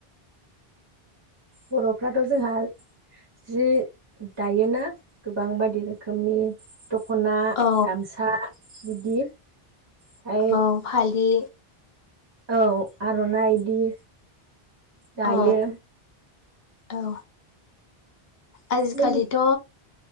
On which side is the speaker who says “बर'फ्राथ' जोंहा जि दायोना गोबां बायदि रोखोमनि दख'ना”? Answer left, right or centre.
Right